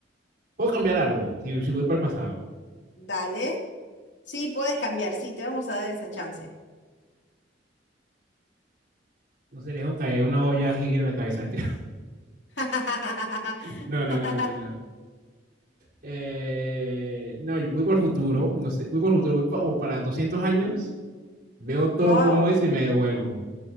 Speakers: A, on the right; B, on the left.
A: Puedo cambiar algo si, si voy para el pasado.
B: Dale. Sí, podés cambiar. Sí, te vamos a dar esa chance.
A: No sé, dejo caer una olla gigante en la cabeza. mentira. <laughs>
B: <laughs>
A: No, no, no, no, no. Eh, no, yo voy para el futuro. No sé, voy para el futuro. Voy pa- como para 200 años. Veo todo
B: Wow,
A: como es y me devuelvo.